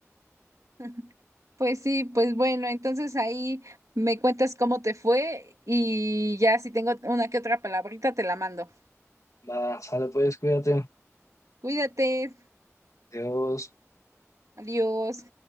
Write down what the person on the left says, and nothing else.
Va, sale pues, cuídate.
Dios.